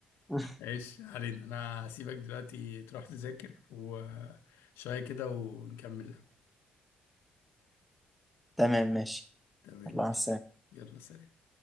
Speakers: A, in the centre; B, on the left.
A: <laughs>
B: ايش علينا انا هسيبك دلوقتي تروح تذاكر وشوية كده ونكمل
A: تمام ماشي
B: تمام
A: الله على السلامة.
B: يلا سلام